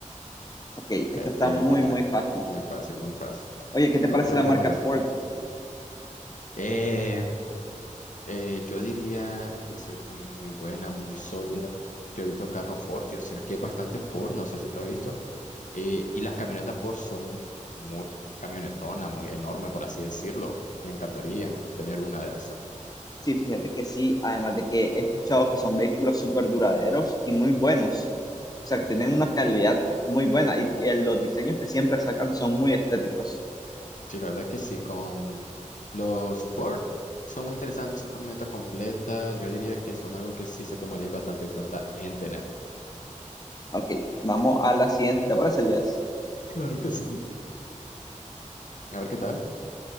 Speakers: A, on the left; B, on the left.
A: Ok, esta
B: Este
A: está
B: ya
A: muy,
B: lo encontré.
A: muy fácil.
B: Muy fácil, muy fácil.
A: Oye, ¿qué te
B: Lo
A: parece
B: otro,
A: la
B: un bémolo.
A: marca Ford?
B: Eh, eh, yo diría que soy muy, muy buena, muy sólida. Yo he visto carros Ford, o sea que es bastante Ford, no sé si tú has visto. Eh, y las camionetas Ford son muy camionetonas, muy enormes, por así decirlo. Me encantaría tener una de esas.
A: Sí, fíjate que sí, además de que he escuchado que son vehículos súper duraderos y muy buenos, o sea que tienen una calidad muy buena y, y los diseños que siempre sacan son muy estéticos.
B: Sí, la verdad que sí, con los Ford son muy interesantes, son camionetas completas, yo diría que son algo que sí se tomarían bastante en cuenta en tener.
A: Ok, vamos a la siguiente, ¿te parece, Elías?
B: Claro que sí. A ver qué tal,